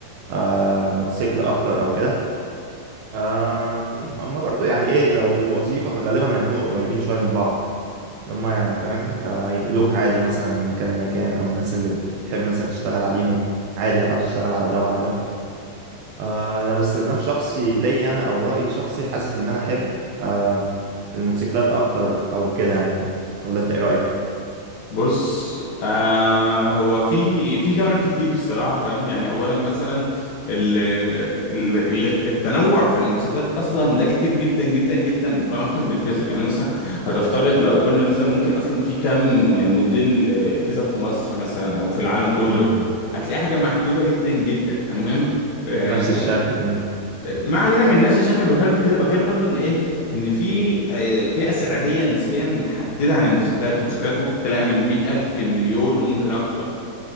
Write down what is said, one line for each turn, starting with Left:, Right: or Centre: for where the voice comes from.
Right: آه، موتوسيكل أكتر أو كده آم، أما برضو يعني إيه لو في الوظيفة فغالبا هيكونوا قريبين شوية من بعض لما يعني فاهم انت هينقلوك عادي مثلا من مكان لمكان او الناس اللي بتحب مثلا تشتغل عليهم عادي هتعرف تشتغل على ده وعلى ده آه لو استخدام شخصي ليا انا او رأي شخصي حاسس ان انا احب آه الموتوسيكلات اكتر او كده يعني ولا انت ايه رأيك
Left: بص آه هو في في جوانب كتير الصراحه تمام يعني اولا مثلا ال ال ال التنوع في الموتوسيكلات اصلا ده كتير جدا جدا جدا مقارنه بالفيزيك يعني مثلا هتفترض لو قلنا مثلا ممكن اصلا في كام موديل آه، فيزيك في مصر مثلا او في العالم كله
Right: امم
Left: هتلاقي حاجه محدوده جدا جدا تمام آه،
Right: نفس الشكل امم
Left: ما علينا من نفس الشكل اللي بتكلم في كده بتكلم برضو ان ايه ان في آه، فئه سعريه نسبيا متحدده عن الموتوسيكلات الموتوسيكلات ممكن تلاقيها من 100000 في المليون وممكن اكتر